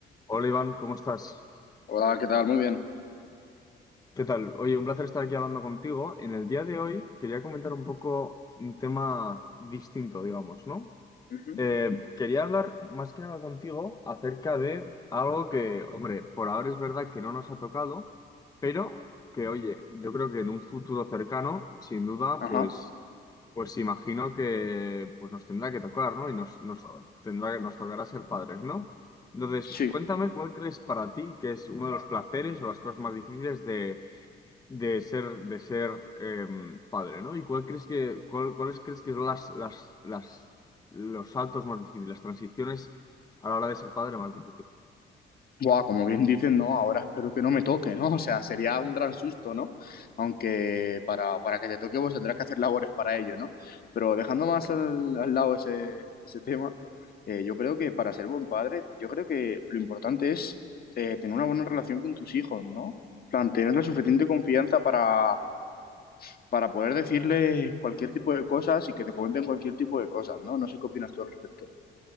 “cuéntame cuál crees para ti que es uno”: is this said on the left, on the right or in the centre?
Left